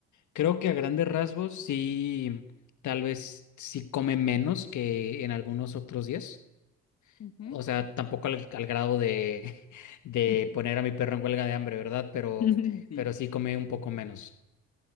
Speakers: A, on the left; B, on the left.
A: creo que a grandes rasgos sí, tal vez sí come menos que en algunos otros días.
B: Ujú.
A: O sea, tampoco al, al grado de, <laughs> de
B: <laughs>
A: poner a mi perro en huelga de hambre, ¿verdad? Pero,
B: <laughs> Sí.
A: pero sí come un poco menos.